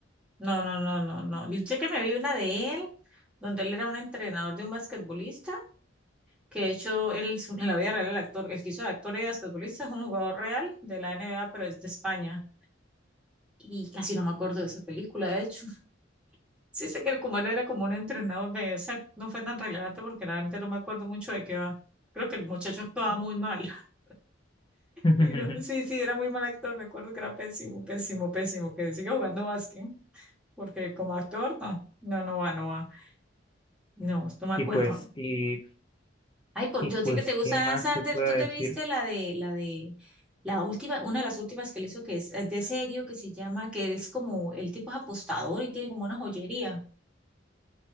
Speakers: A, in the centre; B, on the left.
A: No, no, no, no, no. Yo sé que me vi una de él, donde él era un entrenador de un basquetbolista, que de hecho él es en la vida real el actor, el que hizo de actor y de basquetbolista es un jugador real de la NBA, pero es de España. Y casi no me acuerdo de esa película, de hecho. <laughs> Sí sé que como él era como un entrenador, me- esa no fue tan relevante porque la verdad no me acuerdo mucho de qué va. Creo que el muchacho actuaba muy mal. <laughs>
B: <laughs>
A: Y no, sí, sí, era muy mal actor, me acuerdo que era pésimo, pésimo, pésimo, que sigue jugando básquet, porque como actor, no, no, no va, no va. No, no me acuerdo.
B: Y pues, y,
A: Ay, por,
B: y
A: yo
B: pues,
A: sé que te gusta
B: ¿qué
A: Dan
B: más
A: Sanders.
B: te puedo
A: ¿Tú
B: decir?
A: te viste la de, la de, la última, una de las últimas que le hizo que es, es de serio, que se llama, que es como, el tipo es apostador y tiene como una joyería.